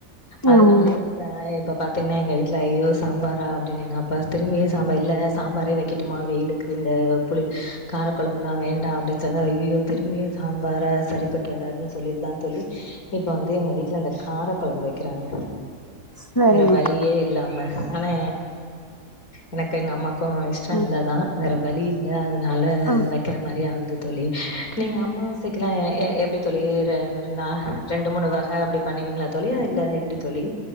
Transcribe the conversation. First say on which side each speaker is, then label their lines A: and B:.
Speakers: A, on the left (about 75°); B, on the left (about 20°).
A: அதனாலயே
B: ஆமாம்மா
A: இப்ப இப்ப பாத்தீங்னா எங்க வீட்ல ஐயோ சாம்பாரா அப்டின் எங்கப்பா திரும்பியு சாம்பா இல்ல சாம்பாரே வக்கட்டுமா வெயிலுக்கு இந்த புளி ஆ காரக்கொழம்புலா வேண்டா அப்படின் சொன்ன ஐயயோ திரும்பியு சாம்பாரா சரிப்பட்டு வராதுன் சொல்லிட்டு தா தோழி இப்ப வந்து எங்க வீட்ல கார கொழம்பு வைக்கிறாங்க
B: சரிம்மா
A: வேற வழியே
B: சரி
A: இல்லாம ஆனா எனக்கு எங்க அம்மாக்கு இஷ்டொ
B: ம்
A: இல்ல தா வேறு வழி இல்ல அதனால
B: ஆ
A: வைக்கிற மாரி ஆவுது தோழி நீங்க அம்மா சிக்கலாம் எப்படி தோழி றேன்னா ரெண்டு மூணு வக அப்படி பண்ணுவீங்களா தோழி இல்ல எப்டி தோழி